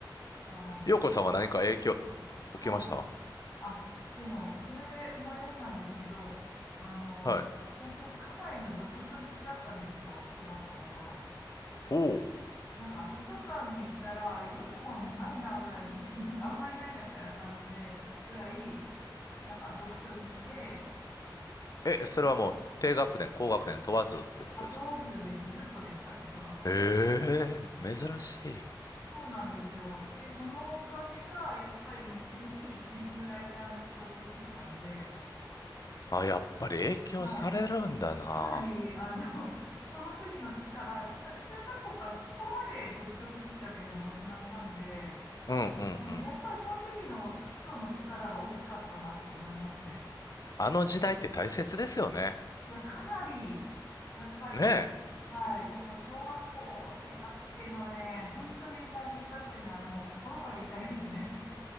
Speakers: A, on the left; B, on the left.
A: ーあー、それは、
B: 陽子さんは何か影響
A: あはい。
B: 受けました
A: あ、でも、それで思い出したんですけど、あの、
B: はい。
A: 私、かなりの読書好きだったんですよ、小学校の頃。
B: おお。
A: なんか、図書館に行ったら、あれ、読む本ないな、ぐらいの、<laughs> なんか、あんまりないな、みたいな感じで、ぐらい、なんか、読書好きで、
B: え、
A: で、
B: それはもう、低学年、高学年問わずっていうことですか
A: あ、問わずです。ずっとでしたね、小学校の。
B: ええ珍しい。
A: そうなんですよ。で、そのおかげか、やっぱり後に編集ライターの仕事ついたんで、
B: あ、やっぱり影響されるんだな。
A: はい。かなり、あの、<laughs> その時の力、だ中学校からそこまで読書好きってわけでもなくなったんで、
B: うんうんうん。
A: あの、やっぱりその時の基礎の力が大きかったなって思いますね。
B: あの時代って大切ですよね。
A: いや、かなり、やっぱり、
B: ね
A: はい、やっぱ小学校生活っていうのはね、本当に大切だっていうのはもう心から言いたいですね。